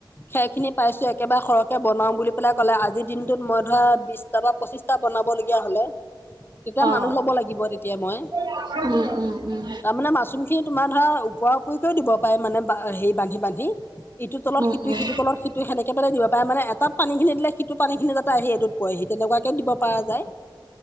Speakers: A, on the left; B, on the right.
A: খেৰ খিনি পাইছো একেবাৰে সৰহকে বনাও বুলি পেলাই ক'লে আজিৰ দিনটোত মই ধৰা বিশটা বা পঁচিশ হতি
B: অ
A: মান লব লাগ তেতিয়া মই
B: উম উম উম
A: ত মা । সি তোমাৰ ধৰা ওপৰা ওপৰিকও দিব পাৰে মানে বা হে বান্ধি বান্ধি ইটো তলৰ
B: উম
A: সিটো
B: উম
A: সিটো তলৰ সিটো সেনেকে পেলাই দিব পাৰে মানে এটা পানী খিনি দিলে সিটো পানী খিনি যাতে আহি এইটোত পহি তেনেকুৱাকে দিব পৰা যায়